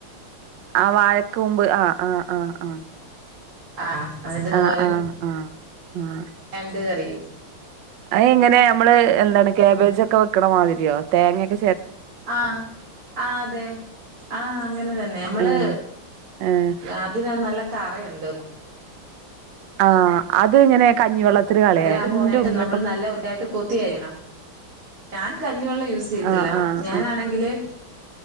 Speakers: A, on the right; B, on the right.
A: ആഹ് വാഴക്കൂമ്പ് ആഹ് ആഹ് ആഹ് ആഹ്
B: ആഹ് അതിന്റെ
A: ആഹ്
B: തോരൻ
A: ആഹ് ആഹ് ആഹ് ആഹ്
B: ഞണ്ട് കറി
A: അതെങ്ങനെയാ നമ്മള് എന്താണ് ക്യാബേജൊക്കെ വെക്കണമാതിരിയോ തേങ്ങേക്ക
B: ആഹ് ആഹ് അതെ ആഹ് അങ്ങനെതന്നെ നമ്മള്
A: ഏഹ് ഏഹ്
B: അതിനത്ത് നല്ല കറയോണ്ട് കു
A: ആ അ അത് ഇങ്ങനെ കഞ്ഞിവെള്ളത്തിൽ കളയാൻ
B: അത് പോനായിട്ട്
A: ന്റെ ഉമ്മ
B: നമ്മൾ നല്ല വൃത്തിയായി കൊത്തിയരിയണം ഞാൻ കഞ്ഞി വെള്ളം യൂസ് ചെയ്യത്തില്ല
A: ആഹ് ആഹ്
B: ഞാൻ ആണെങ്കില്